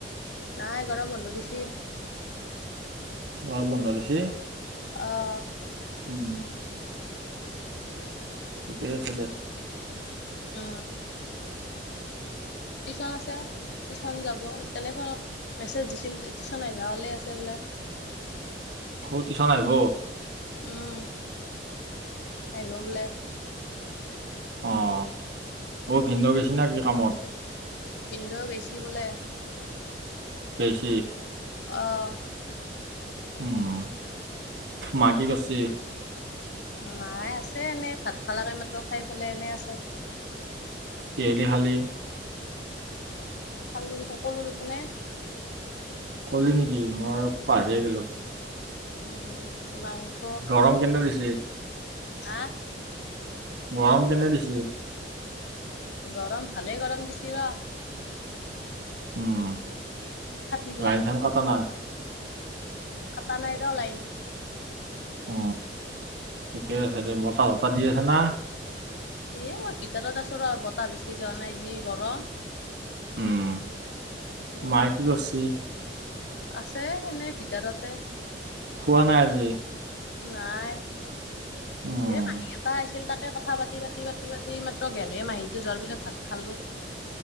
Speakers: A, on the left (about 75°); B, on the right (about 75°).
A: নাই গৰম বন্ধ দিছি
B: অ বনালছেি
A: আহ
B: উম ঠিকেই আছে দে
A: অ টিশন আছে টিউশন যাব ইতিয়াল ফত মেছেজ দিছিল টিউশন আভলে আছে বোলে
B: অ কিিছ ন আহিব
A: উম আহিব বোলে
B: অ ব ভিন্দ বেছি নে কিি কামত
A: পিন্ধ বেছি বলে
B: কৈছ
A: আহ
B: উম ম কি কৰিছে
A: মায়ে আছে এনেই ভাত খালা কাই মাতো খাই পেলাই এনে আছে
B: কেলেি খালি
A: খালো খো কলো খো নে
B: কলি নেকি মই পাহিয়ে গলো
A: উম মাংস
B: গৰম কেনে দিছে
A: হা
B: গৰম কেনে দিছেি
A: গৰম ভালে গৰম দিছি ৰ
B: উম
A: ফাটি
B: লাইন চাম কটা নাই
A: কটাা নাই ৰ লাইন
B: অ ঠিকে আছে দে বতাহ চতাহ দি আছে না
A: এ মই ভিতাৰত আছো ৰ বতাহ বিচৰিি যোৱা নাই যি গৰম
B: উম
A: উম,
B: মায়ে কি কৰছি
A: আছে এনেই ভিতাৰতে
B: খোৱা নাই আজি
A: নাই
B: উম
A: এ মাহীক এটা আহিছিল তাক কথা পাতি পাতি পাতি পাতি মাত্ৰ গলেহ মাহীটো যোৱাৰ পিছত ভাত খালো